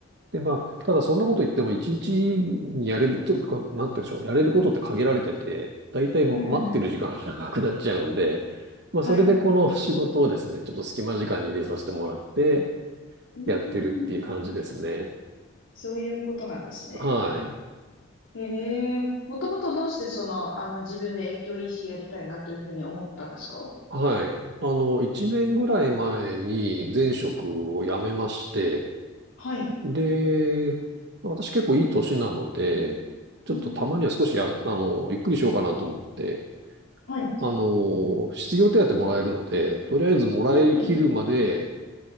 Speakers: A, on the right; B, on the left.
A: で、まあ、ただそんなこと言っても一日にやれる、とか、なんて言うんでしょう、やれることって限られてて、だいたい待ってる時間が長くなっちゃうんで、
B: うん、うん。
A: まあ、
B: はい。
A: それでこの仕事をですね、ちょっと隙間時間に入れさせてもらって、
B: うー
A: やってるっていう感じですね。
B: ん。そういうことなんですね。
A: はい。
B: へえ。もともとどうしてその、あの、自分で越境 EC やりたいなというふうに思ったんですか
A: はい。あの、一年ぐらい前に前職を辞めまして、
B: はい。
A: で、私結構いい年なので、ちょっとたまには少しや、
B: うんうん。
A: あの、ゆっくりしようかなと思って、
B: はい。
A: あの、失業手当もらえるので、とりあえずもらいきるまで、
B: うん。